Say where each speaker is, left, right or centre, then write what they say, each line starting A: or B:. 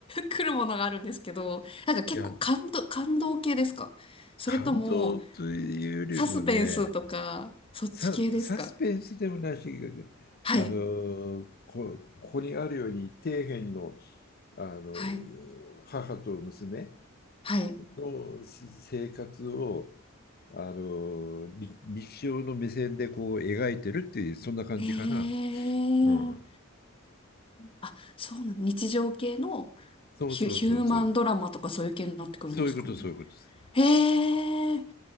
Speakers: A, on the left; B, on the left.
A: 来るものがあるんですけど、なんか結構感動、
B: いや、
A: 感動系ですかそれとも
B: 感動というよりもね、
A: サスペンスとか、そっち系ですか
B: サ、サスペンスでもないし、
A: はい、
B: あのーこ、ここにあるように底辺の、あのえー母と娘
A: はい、はい。
B: のせ生活を、あのーに日常の目線でこう描いてるっていうそんな感じかな。
A: へえ。
B: うん、
A: あ、そうなの、日常系の
B: そうそうそうそう。
A: ヒュ、ヒューマンドラマとかそういう系になってくるんですかね。
B: そういうことそういうことです。
A: へえ。